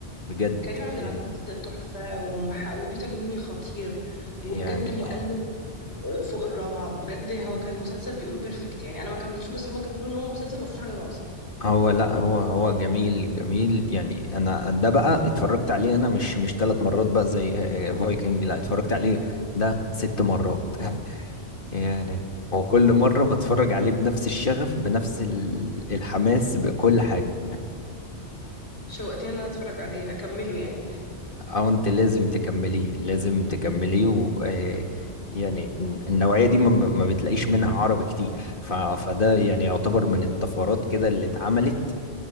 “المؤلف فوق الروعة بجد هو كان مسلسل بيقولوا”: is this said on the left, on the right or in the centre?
Left